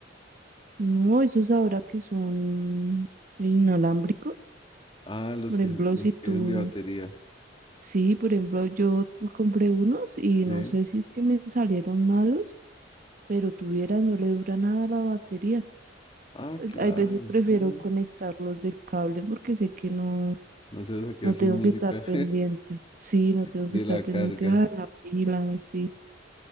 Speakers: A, on the right (about 45°); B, on the left (about 30°).
A: No, esos ahora que son inalámbricos.
B: Ah, los
A: Por
B: que
A: ejemplo,
B: los
A: si
B: que
A: tú,
B: quedan de batería.
A: sí, por ejemplo, yo compré unos y
B: Sí.
A: no sé si es que me salieron malos, pero tuvieras, no le dura nada a la batería.
B: Ah,
A: Eh,
B: claro,
A: Hay veces
B: es
A: prefiero
B: que eso-
A: conectarlos del cable porque sé que no,
B: no se va a quedar
A: no tengo
B: sin música
A: que estar pendiente. Sí, no
B: <laughs>
A: tengo
B: de
A: que estar
B: la
A: pendiente
B: carga.
A: a la pila, sí.